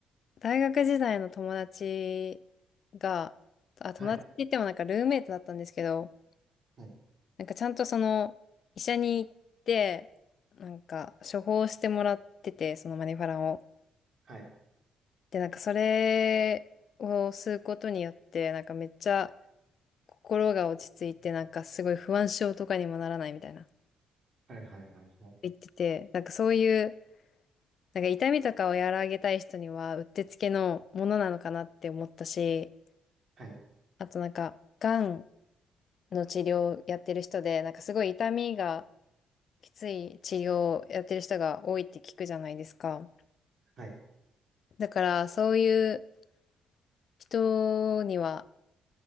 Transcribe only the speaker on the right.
はい。はい。
はい。
はい、はい、はい、はい。
はい。
はい